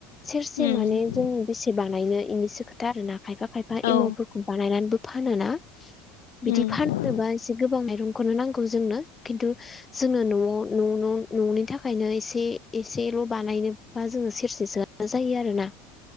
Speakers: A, on the left (about 20°); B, on the left (about 80°).
A: सेरसे
B: उम
A: माने जोङो बेसे बानायनो बेनिसो खोथा आरोना खायफा खायफा
B: औ
A: एमावफोरखौ बानायनानैबो फानोना बिदि
B: उम
A: फान जनोबा एसे गोबां माइरंखौनो नांगौ जोंनो खिन्थु जोङो न'आव न' न'नि थाखायनो एसे एसेल' बानायनोबा जोङो सेरसेसो जायो आरोना